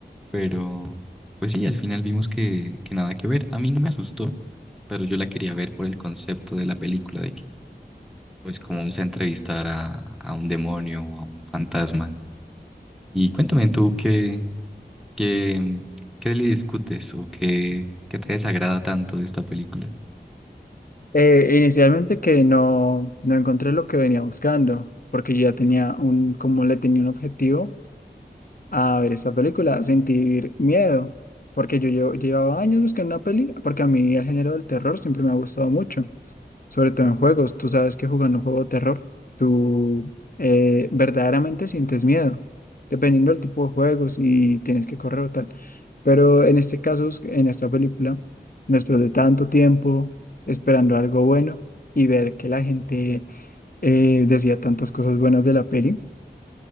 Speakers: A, in the centre; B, on the left.
A: pero pues sí, al final vimos que, que nada que ver. A mí no me asustó, pero yo la quería ver por el concepto de la película, de que pues como vamos a entrevistar a, a un demonio o a un fantasma. Y cuéntame tú qué, ¿Qué, qué le discutes o qué, qué te desagrada tanto de esta película?
B: Eh, inicialmente que no, no encontré lo que venía buscando, porque yo ya tenía un, como le tenía un objetivo a ver esa película, sentir miedo, porque yo, yo llevaba años buscando una peli, porque a mí el género del terror siempre me ha gustado mucho. sobre todo en juegos. Tú sabes que jugando un juego de terror, tú eh, verdaderamente sientes miedo, dependiendo del tipo de juegos y tienes que correr o tal. Pero en este caso, en esta película, después de tanto tiempo esperando algo bueno y ver que la gente eh, decía tantas cosas buenas de la peli,